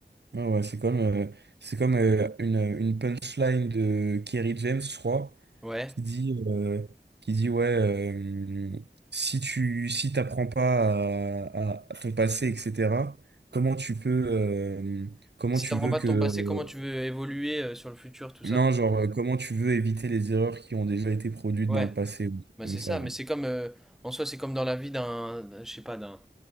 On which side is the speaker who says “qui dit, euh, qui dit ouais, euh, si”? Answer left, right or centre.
Right